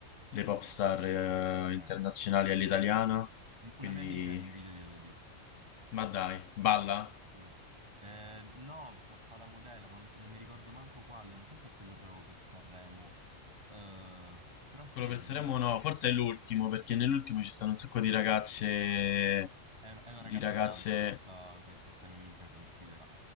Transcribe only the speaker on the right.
Ok.
Un-
Una mia amica in un video di Elodie.
Sì, sì, sì. Eh, no, fa, fa la modella, ma non, non mi ricordo manco quale, non so se è quello proprio per Sanremo. Eh, però sì,
è in
un
video.
È un- è una
ragazza
trans questa, que- questa mia amica, considera.